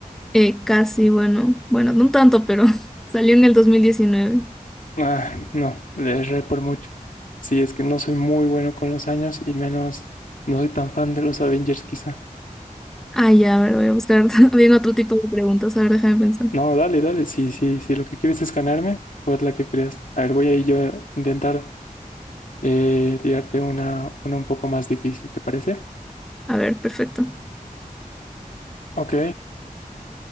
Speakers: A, in the centre; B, on the left (about 65°).
A: Eh, casi, bueno, bueno, no tanto, pero <laughs> salió en el 2019.
B: Ah, no, le erré por mucho. Sí, es que no soy muy bueno con los años y menos no soy tan fan de los Avengers quizá.
A: Ah, ya, a ver, voy a buscar <laughs> bien otro tipo de preguntas, a ver, déjame pensar.
B: No, dale, dale. Sí, sí, sí. Lo que quieres es ganarme, pues la que creas. A ver, voy a ir yo a intentar eh, tirarte una, una un poco más difícil, ¿te parece?
A: A ver, perfecto.
B: Ok.